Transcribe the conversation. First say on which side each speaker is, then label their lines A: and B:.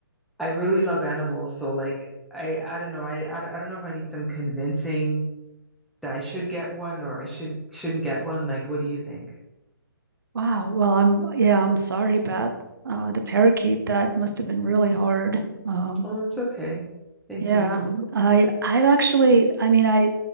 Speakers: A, in the centre; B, on the right.
A: I really love animals so like I I don't know I I don't I don't know if I need some convincing that I should get one or I should shouldn't get one like what do you think
B: Wow. Well, I'm yeah, I'm sorry about uh, the parakeet. That must have been really hard. Um,
A: oh it's okay thank
B: yeah,
A: you
B: I I've actually, I mean, I